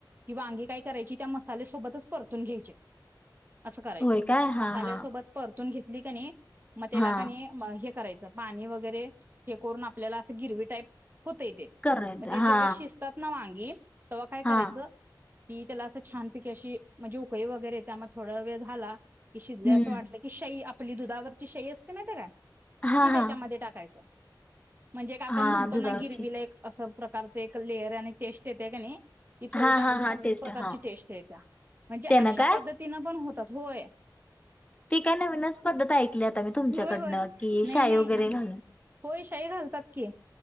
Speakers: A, on the right (about 25°); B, on the left (about 15°).
A: की वांगी काय करायची? त्या मसाल्यासोबतच परतून घ्यायचे. असं करायचं
B: होय काय हा
A: मसाल्यासोबत
B: हा
A: परतू परतून घेतली का नाही? मग त्याला
B: हा
A: काणी <unintelligible> करायच पाणी वगैरे हे करून आपल्याला अस गिरवी टाईप होतय ते
B: करत
A: मग ते
B: हा
A: जेव्हा शिजतात ना वांगी तेव्हा काय
B: हा
A: करायचं की त्याला असं छानपिक अशी म्हणजे उकळी वगैरे त्यामध्ये थोडा वेळ झाला क शि
B: हम्म
A: असं वाटलं की श आपली दुधावरची शाई असते ना त्यारा
B: हा
A: ती त्याच्यामध्ये
B: हा
A: टाकायचं म्हणजे आपण
B: हा
A: म्हणतो
B: दुधावरची
A: ना गिरविलेक अस कालच एक ल येर आणि चेष्ट येते का नाही ती थोडी
B: हा
A: टाकली
B: हा हा
A: का नाई
B: टेस्ट
A: एक प्रकारची
B: हा
A: टेस्ट येते या म्हणजे
B: ते ना
A: अशा
B: काय
A: पद्धतीने पण होत <unintelligible>
B: ती काय नवीनच पद्धत ऐकली आता मी तुमच्याकडनं
A: होय होय
B: की
A: नाही
B: शाई
A: नाही
B: वगैरे
A: असं
B: घालून
A: <unintelligible> घालतात की.